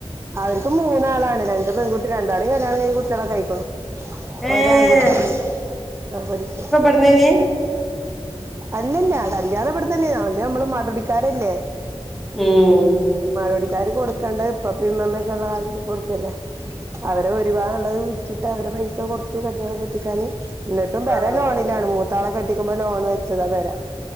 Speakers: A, on the right; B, in the centre.
A: അവർക്ക് മൂന്നാളാണ് രണ്ട് പെൺകുട്ടി രണ്ടാളും കല്യാണം കഴിഞ്ഞ് കുട്ട്യാളെക്കെക്കായ്ക്ക്‌ണ്
B: ഏഹ്
A: ഒരാൺകുട്ടിണ്ട് അവൻ പഠിക്ക
B: പ്പന്നേനി
A: അല്ലല്ല കല്യാണം ഇവ്ട്ന്നെന്നേയ്ന് അവല് നമ്മളെ
B: ഉം
A: <unintelligible> <unintelligible> കൊടുക്കണ്ടത് ഉപ്പപ്പയും മ്മമ്മയും ള്ള കാലത്ത് കൊട്ക്കല്ലെ അവരെ ഓരി ഭാഗംള്ളത് വിറ്റിട്ട് അവരെ പൈസ കൊടുത്തു കല്യാണം കെട്ടിക്കാന് ന്ന്ട്ടും പെര
B: ആഹ്
A: ലോണിലാണ് മൂത്താളെകെട്ടിക്കുമ്പോ ലോണ് വെച്ചതാ പെര